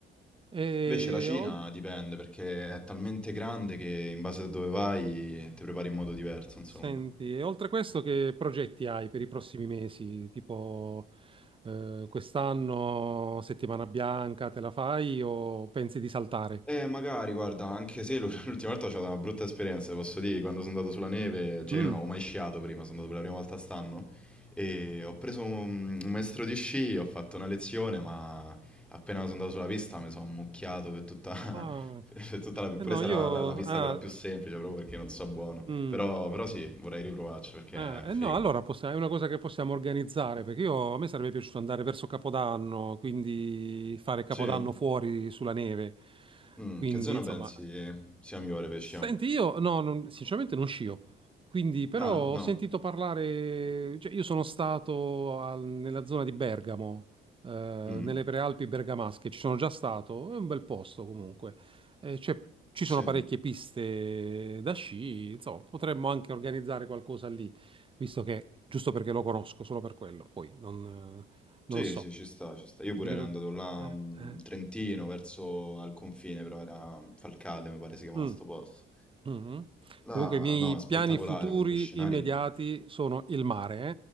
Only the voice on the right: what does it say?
E
oltre...
Senti, e oltre a questo, che progetti hai per i prossimi mesi? Tipo, eh, quest'anno settimana bianca te la fai o pensi di saltare?
Mm.
Ah.
Eh no,
io...
Ah,
mm.
Ah, eh
no, allora possi- è una cosa che possiamo organizzare, perché io, a me sarebbe piaciuto andare verso Capodanno, quindi fare Capodanno
fuori sulla neve.
Quindi,
insomma...
Senti,
io no, non- sinceramente non scio, quindi però
ho sentito parlare, cioè io sono stato al- nella zona di Bergamo, eh,
nelle prealpi bergamasche, ci sono già stato, è un bel posto comunque, Eh, c'è- ci sono
parecchie piste da sci, insomma potremmo anche organizzare qualcosa lì, visto che, giusto perché lo conosco, solo per quello, poi non, eh, non
so.
Vieni
per-
eh, eh.
Mm.
Mhm.
Comunque, i miei
piani futuri
immediati sono il mare.